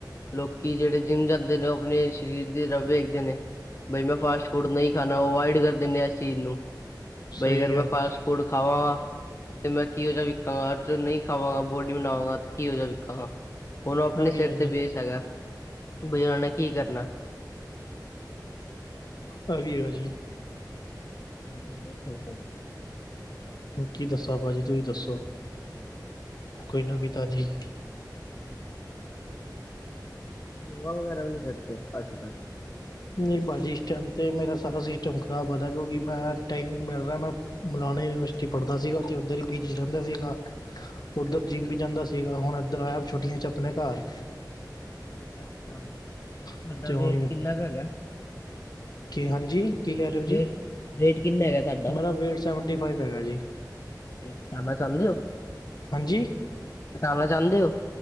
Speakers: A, on the left (about 40°); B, on the left (about 65°).
A: ਲੋਕੀ ਜਿਹੜੇ ਜਿੰਮ ਜਾਂਦੇ ਨੇ ਉਹ ਆਪਣੇ ਸਰੀਰ ਦੀ ਰਬ ਵੇਖਦੇ ਨੇ। ਬਈ ਮੈਂ ਫਾਸਟ ਫੂਡ ਨਹੀਂ ਖਾਣਾ ਅਵਇਡ ਕਰ ਦਿੰਦੇ ਇਸ ਚੀਜ਼ ਨੂੰ
B: ਸਹੀ
A: ਬਈ ਅਗਰ
B: ਕਿਹਾ
A: ਮੈਂ
B: ਜੀ
A: ਫਾਸਟ ਫੂ ਫੂਡ ਖਾਵਾਂਗਾ ਤੇ ਮੈਂ ਕਿਹੋ ਜਿਹਾ ਵੀ ਖਾਂਵਾ <unintelligible> ਅੱਜ ਨਹੀਂ ਖਾਵਾਂਗਾ ਬੋਡੀ ਬਣਾਵਾਂਗਾ ਤੇ ਕੀ ਹੋ ਜਾਵੇ ਵੇਖਾਂਗਾ ਉਹਨੂੰ ਆਪਣੇ
B: ਇਹ ਵੀ
A: ਸਿਰ
B: ਹੈ ਜੀ
A: ਤੇ ਬੇਸ ਹੈਗਾ। ਬਈ ਉਹਨਾਂ ਨੇ ਕੀ ਕਰਨਾ।
B: ਆਹੀ ਹੈਗਾ ਜੀ।
A: ਹਾਂਜੀ ਉਹ ਹੈ।
B: ਕੀ ਦੱਸਾਂ ਭਾਜੀ ਤੁਸੀਂ ਦੱਸੋ ਕੋਈ ਨਵੀ ਤਾਜੀ
A: ਯੋਗਾ ਵਗੈਰਾ ਵੀ ਨਹੀਂ ਕਰਦੇ ਅੱਜ ਕੱਲ
B: ਨਹੀਂ ਭਾਜੀ ਇਸ ਟਾਈਮ ਤੇ ਮੇਰਾ ਸਾਰਾ ਸਿਸਟਮ ਖ਼ਰਾਬ ਆਦਾ ਕਿਉਂਕਿ ਮੈਂ ਟਾਈਮ ਨਹੀਂ ਮਿਲ ਰਿਹਾ ਮੈਂ ਮੌਲਾਨਾ ਯੂਨੀਵਰਸਿਟੀ ਪੜ੍ਹਦਾ ਸੀਗਾ ਤੇ ਉੱਧਰ ਹੀ ਪੀਜੀ ਰਹਿੰਦਾ ਸੀਗਾ। ਉੱਧਰ
A: ਅੱਛਾ।
B: ਜਿਮ ਵੀ ਜਾਂਦਾ ਸੀਗਾ ਹੁਣ ਇੱਧਰ ਆਇਆ ਛੁਟੀਆਂ 'ਚ ਆਪਣੇ ਘਾਰ
A: ਅੱਛਾ ਤੁਹਾਡਾ
B: ਅਤੇ ਹੁਣ
A: ਵੇਟ ਕਿੰਨਾ ਕੁ ਹੈਗਾ।
B: ਕੀ ਹਾਂਜੀ ਕੀ ਕਹਿ ਰਹੇ ਹੋ ਜੀ।
A: ਵੇਟ ਵੇਟ ਕਿੰਨਾ ਹੈਗਾ। ਤੁਹਾਡਾ
B: ਮੇਰਾ ਵੇਟ ਸੈਵਨਟੀ ਫਾਈਵ ਹੈਗਾ ਜੀ।
A: ਤੇ ਘਟਾਣਾ ਚਾਹੰਦੇ ਹੋ।
B: ਹਾਂਜੀ
A: ਹਟਾਣਾ ਚਾਹੁੰਦੇ ਹੋ।